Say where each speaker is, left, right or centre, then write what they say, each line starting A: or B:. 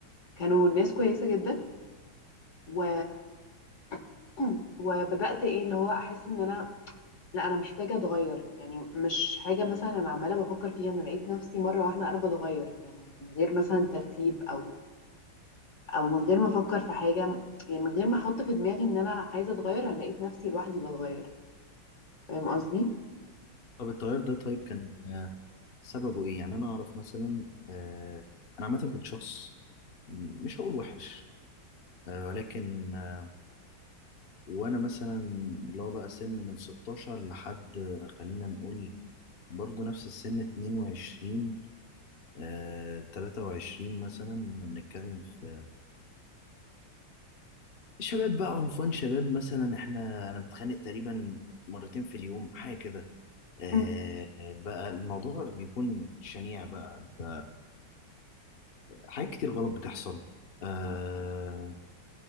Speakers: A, on the left; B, on the left.
A: كانوا ناس كويسة جدا و <clears throat> وبدأت ايه اللي هو احس ان انا لا انا محتاجه اتغير يعني مش حاجه مثلا انا عماله بفكر فيها انا لقيت نفسي مره واحده انا بتغير يعني من غير مثلا ترتيب او او من غير ما افكر في حاجه يعني من غير ما احط في دماغي ان انا عايزه اتغير انا لقيت نفسي لوحدي بتغير فاهم قصدي
B: طب التغير ده طيب كان آه، سببه إيه يعني أنا أعرف مثلا آه، أنا عامة كنت شخص م- مش هقول وحش آه، ولكن آه، وأنا مثلا اللي هو بقى سن من 16 لحد آه، خلينا نقول برضو نفس السن 22 آه، 23 مثلا كنا بنتكلم في شباب بقى عنفوان شباب مثلا احنا انا بتخانق تقريبا مرتين في اليوم حاجه كده آه
A: مم.
B: بقى الموضوع بيكون شنيع بقى انت حاجات كتير غلط بتحصل آه